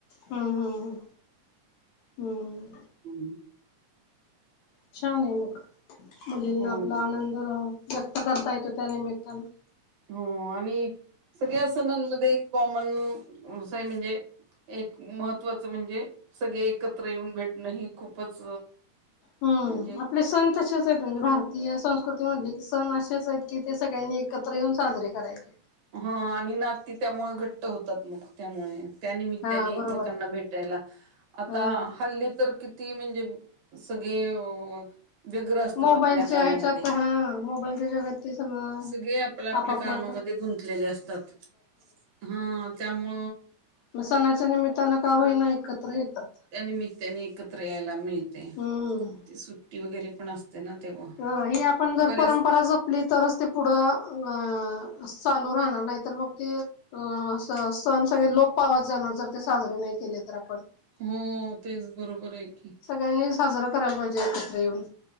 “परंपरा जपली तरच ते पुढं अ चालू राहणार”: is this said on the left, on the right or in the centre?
Left